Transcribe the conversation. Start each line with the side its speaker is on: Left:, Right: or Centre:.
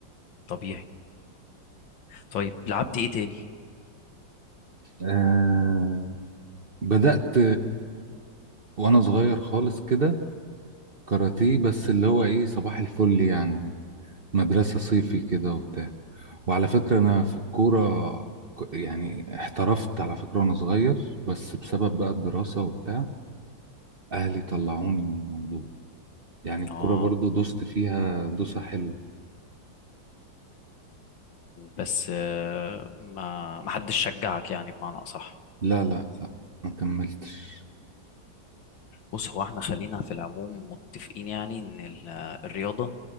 Left: طبيعي طيب لعبت ايه تاني
Right: آه بدأت وانا صغير خالص كده كاراتيه بس اللي هو ايه صباح الفل يعني مدرسة
Left: مم.
Right: صيفي كده وبتاع وعلى فكرة انا في الكورة ك- يعني احترفت على فكرة وانا صغير بس بسبب بقى الدراسة وبتاع اهلي طلعوني من الموضوع يعني الكورة
Left: اه
Right: برضو دوست فيها دوسة حلوة
Left: بس آه ما ما حدش شجعك يعني بمعنى اصح
Right: لا لا لا ما كملتش
Left: بص هو احنا خلينا في العموم متفقين يعني ان ال- الرياضة